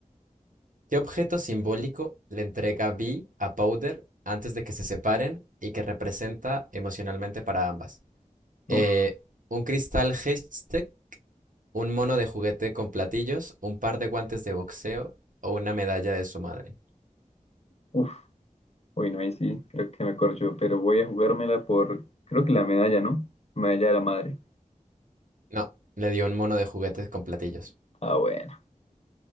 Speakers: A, on the right; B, on the left.
A: ¿Qué objeto simbólico le entrega Vi a Powder antes de que se separen y que representa emocionalmente para ambas? Eh,
B: uf,
A: ¿un cristal Hextech? Un mono de juguete con platillos, un par de guantes de boxeo o una medalla de su madre.
B: uf, uy, no, ahí sí, creo que me corcho, pero voy a jugármela por, creo que la medalla, ¿no? Medalla de la madre.
A: No, le dio un mono de juguetes con platillos.
B: Ah, bueno,